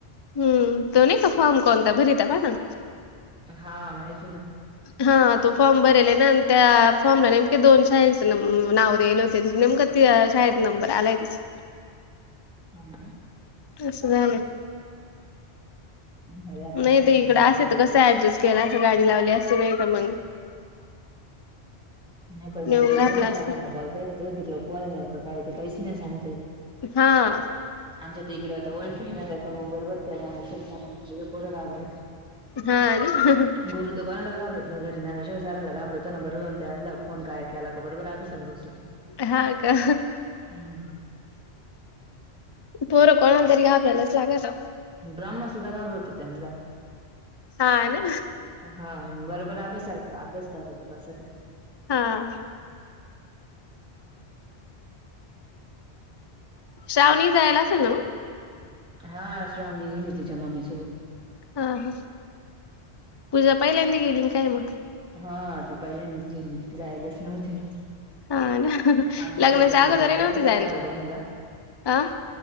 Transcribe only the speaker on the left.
हम्म तो नाही का फॉर्म कोणता भरीता पहा
हा तो फॉर्म भरला आहे ना आणि त्या फॉर्मला नेमके दोन शाळेचं नाव दले होते नेमकं. ते शाळेत नंबर आलाय तिच.
तसं झालं.
नाही
तर इकडं
असे
तर
कसं ऍडजस्ट केलं अस गाडी लावली अस नाही तर मग.
नेऊन
घातला
असतं
हा.
हा आणि
हा का.
पोरं कोणाला तरी घाबरायलाच लागल.
हा ना.
हा. श्रावणी जायला असेल ना मग.
हा हा पूजा पाहिल्यांद गेली काय मग.
हा ना.
लग्नाच्या
अगोदर
ही नव्हती
जायला
का आ